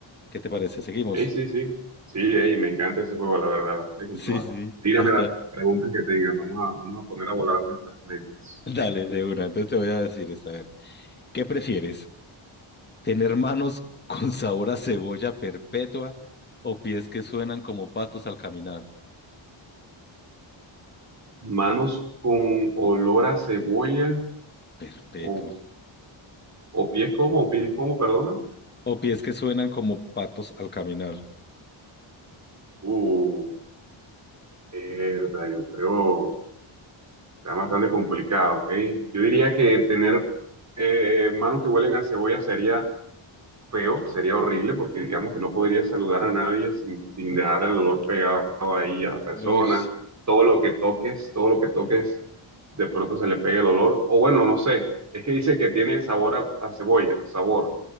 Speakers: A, on the left (about 20°); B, on the right (about 35°).
A: ¿qué te parece? ¿Seguimos?
B: Ey, sí,
A: <laughs>
B: sí. Sí, ey, me encanta ese juego, la verdad. Dale con
A: Sí,
B: toda.
A: sí,
B: Tírame
A: hasta.
B: las preguntas que tengas. Vamos a, vamos a poner a volar nuestras mentes.
A: Dale, de una. Entonces te voy a decir esta, a ver. ¿Qué prefieres? ¿Tener manos <laughs> con sabor a cebolla perpetua o pies que suenan como patos al caminar?
B: Manos con olor a cebolla
A: Perpetua.
B: o, o pies como, o pies como, perdona.
A: O pies que suenan como patos al caminar.
B: Uh, verdad, yo creo. Está bastante complicado, ¿eh? Yo diría que tener eh, manos que huelen a cebolla sería feo, sería horrible porque digamos que no podría saludar a nadie sin, sin dejar el olor pegado ahí a la persona.
A: Ush.
B: Todo lo que toques, todo lo que toques, de pronto se le pega el olor. O bueno, no sé, es que dice que tiene sabor a, a cebolla, sabor.